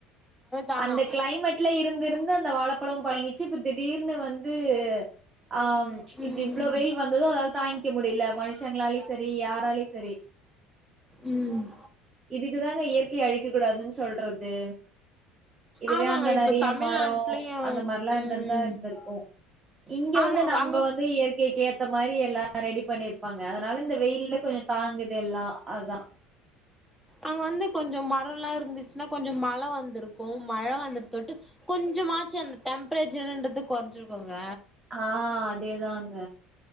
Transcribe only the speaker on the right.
அந்த க்ளைமேட்ல இருந்திருந்து அந்த வாழப்பழம் பழங்கிச்சு இப்ப திடீர்னு வந்து ஆம் இப்டி
இவ்ளோ வெயில் வந்ததோ அது தாய்ங்க்க முடியில மனுஷங்ளாலயு செரி யாராலயு செரி
இதுக்குதாங்க இயற்கை அழிக்க கூடாதுன் சொல்றது இதுவே
அங்க நெறய
மரோ அந்த மார்ல்லா
இந்துந்தா இந்துருக்கு இங்க
வந்து நம்ப
வந்து இயற் கைக்கு ஏத்த மாரி எல்லா ரெடி பண்ணிருப்பாங்க அதனால இந்த வெயில்ல கொஞ்ச தாங்குது எல்லா அதா
ஆ அதேதாங்க